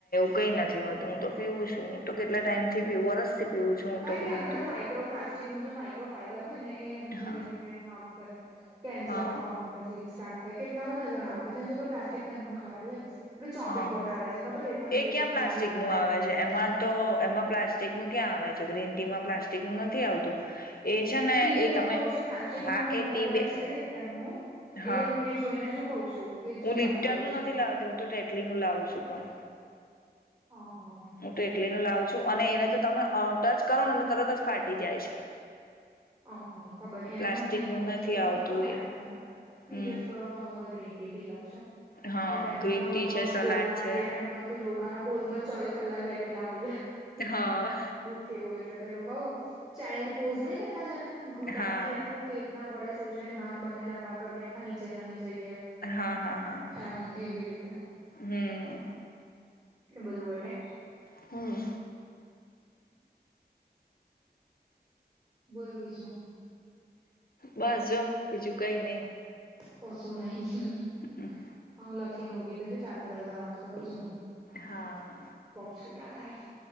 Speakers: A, on the left (about 60°); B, on the right (about 30°).
A: કંઈ નથી હોતું હું તો પીઉું છું હું તો કેટલા ટાઈમથી પીઉ વરસ થી પીવું છું હું
B: હા
A: તો
B: એટલે
A: ગ્રીન
B: અંદર
A: ટી
B: માઈક્રો
A: તો
B: પ્લાસ્ટિક ન જે માઈક્રો ફાઈબર હોય ને એ ધીમે
A: હા
B: ધીમે હાર્મ કરે કેન્સર
A: હા
B: થવાનું પછી સ્ટાર્ટ થાય કેટલા બધા જણાવ કે છે જો કે પ્લાસ્ટિક તો એમ પણ ખરાબ હોય ને પેલું ચોપિંગ
A: હા
B: બોર્ડ આવે છે ખબર એ પણ કઈ
A: ક્યાં
B: છે કે
A: પ્લાસ્ટિક
B: નાલ લાકડાનું
A: નું આવે છે એમાં તો એમાં પ્લાસ્ટિક નું ક્યાં આવે છે ગ્રીન ટીમાં પ્લાસ્ટિક નું નથી આવતું એ છે ને
B: ટી
A: એ
B: બેગ
A: તમે
B: કઉ છું એ પ્લાસ્ટિક નું
A: હા
B: આવે
A: એ
B: મારા
A: ટી
B: ઘરે
A: બેગ
B: છે લિપ્ટનનું
A: હા
B: એ જ હું એ જોઈને જ હું કહું છું એજ જોઈને
A: હું લિપ્ટન
B: વાત કરું છું
A: નું નથી લાવતી હું તો ટેટલી નું લાવું છું પણ
B: અહ
A: હું તો એટલીને લાવું છું અને એને તો તમે ટચ કરો નેને તરત જ ફાટી જાય છે.
B: ઓહ ખબર નઈ
A: પ્લાસ્ટિકનું
B: એનું મને નઈ ખબર
A: નથી
B: છ કે
A: આવતું
B: ખાસો ટાઈમ
A: એ
B: થયો. પીરિયડ્સ
A: હમ
B: પર લવ તો અમુક વાર ગ્રીન ટી પી લઉં છો?
A: હા
B: એ ટાઈમ પર
A: ગ્રીન
B: પણ
A: ટી
B: હું તો
A: છે સલાડ
B: યોગ
A: છે
B: એ ટાઈમ પર તો યોગાના પોઝ માં ચોવીસ કલાક બેઠેલા હોય એ,
A: હા
B: દુઃખ એવું એટલે પેલું કહઉ ચાઇલ્ડ પોઝ નહી કેતા જે ને ઘૂંટણ
A: હા હા
B: થી આખું પેટ ના પડે સુુંજે ને હાથ બંને લાંબા કરી દેયે. આખા નીચે નમી જઈએ
A: હા હા
B: એમ એવી રીતે
A: હમ
B: કેમ બધુ કોળ્યા
A: હમ
B: બોલો બીજું
A: બસ જો બીજું કઈ નઈ
B: ક શું નઈ
A: <unintelligible>
B: હું લખીને ઊભી થઇ જો ચાલતા ચાલતા વાત કરું છું.
A: હા
B: પગ છૂટા થાય.